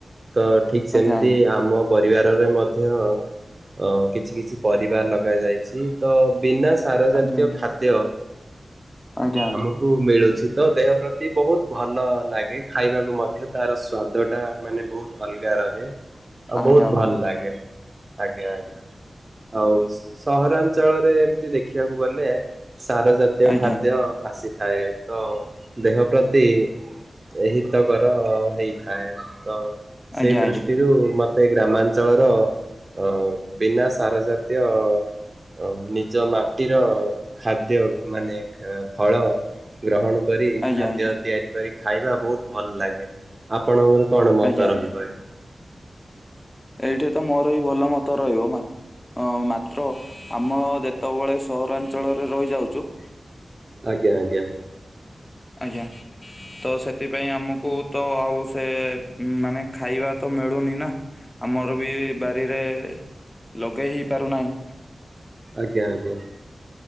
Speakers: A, on the right (about 40°); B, on the left (about 20°).
A: ତ ଠିକ୍ ସେମିତି
B: ଆଜ୍ଞା ଆଜ୍ଞା
A: ଆମ ପରିବାରରେ ମଧ୍ୟ ଅ କିଛି କିଛି ପରି ଗା ଲଗା ଯାଇଛି। ତ ବିନା ସାର
B: ଆଜ୍ଞା
A: ଜାତୀୟ ଖାଦ୍ୟ
B: ଆଜ୍ଞା ଆଜ୍ଞା
A: ଆମକୁ ମିଳୁଛି। ତ ଦେହ ପ୍ରତି ବହୁତ ଭଲ ଲାଗେ। ଖାଇବାକୁ ମଧ୍ୟ ତାର ସ୍ୱାଦଟା ମାନେ ବହୁତ ଅଲଗା ରହେ। ଆଉ
B: ଆଜ୍ଞା
A: ବହୁତ
B: ଆଜ୍ଞା ଭାଇ
A: ଭଲ ଲାଗେ ଆଜ୍ଞା ଆଜ୍ଞା। ଆଉ ସହରାଞ୍ଚଳରେ ଏମତି ଦେଖିବାକୁ ଗଲେ। ସାର ଜାତୀୟ
B: ଆଜ୍ଞା
A: ଖାଦ୍ୟ ଆସି ଥାଏ ତ ଦେହ ପ୍ରତି ହିତକର ହେଇଥାଏ। ତ ସେଇ
B: ଆଜ୍ଞା ଆଜ୍ଞା
A: ଦୃଷ୍ଟିରୁ ମତେ ଗ୍ରାମାଞ୍ଚଳର ଅ ବିନା ସାରଜାତ୍ ତ୍ୟ ନିଜ ମାଟିର ଖାଦ୍ୟ ମାନେ ଫଳ ଗ୍ରହଣ କରି
B: ଆଜ୍ଞା
A: ଖାଦ୍ୟ
B: ଆଜ୍ଞା ଆଜ୍ଞା
A: ତିଆରି କରି ଖାଇବା ବହୁତ ଭଲ ଲାଗେ। ଆପଣଙ୍କର କଣ ମତ
B: ଆଜ୍ଞା
A: ରହିବ ଏଠି?
B: ଏଇଠି ତ ମୋର ହି ଭଲ ମତ ରହିବ। ଅ ମାତ୍ର ଆମ ଯେତେବେଳେ ସହରାଞ୍ଚଳରେ ରହିଯାଉଛୁ।
A: ଆଜ୍ଞା ଆଜ୍ଞା।
B: ଆଜ୍ଞା। ତ ସେଥିପାଇଁ ଆମକୁ ତ ଆଉ ସେ ମାନେ ଖାଇବା ତ ମିଳୁନି ନା। ଆମର ବି ବାରିରେ ଲଗେଇ ହେଇ ପାରୁନାହିଁ।
A: ଆଜ୍ଞା ଆଜ୍ଞା।